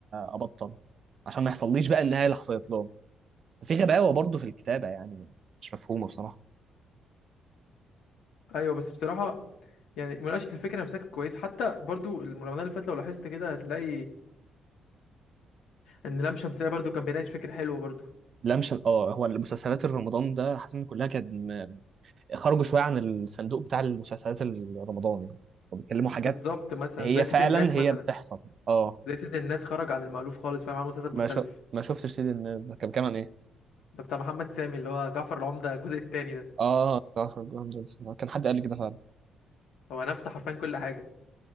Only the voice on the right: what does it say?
آه، ابطل عشان ما يحصليش بقى النهايه اللي حصلت لهم في غباوة برضه في الكتابة يعني مش مفهومة بصراحة
اللمسة اه هو المسلسلات الرمضان ده حاسس ان كلها كانت م- خرجوا شوية عن الصندوق بتاع المسلسلات الرمضان يعني وبيتكلموا حاجات
هي
فعلا
هي
بتحصل اه
ما شو... ما شفتش سيد الناس ده كان كمان ايه
اه جعفر الجمجمة ده كان حد قال لي كده فعلا